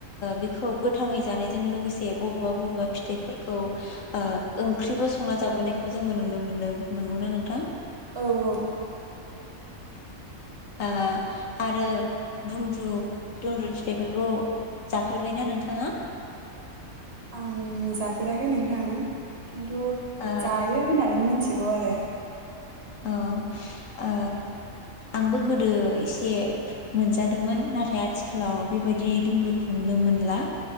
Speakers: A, on the left; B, on the right.
A: बेखौ ओ गोथाङै जानायजों लोगोसे बबेबा बबेबा फिथाइफोरखौ ओ ओंख्रिबो संना जाबोनायखौ जों जोङो नुनो मोनदों नंगौना नोंथां
B: औ औ
A: ओ आरो दुंब्रु-दुंब्रु फिथाय फोरखौ जाफेरबायना नोंथां आ
B: आं जाफेराखै नोंथां खिन्थु
A: ओ
B: जायो होननानै मोनथि गौ आरो
A: औ ओ आंबो गोदो इसे मोनजादोंमोन नाथाय आथिखालाव बेबादि दुंब्रुखौनो मोनला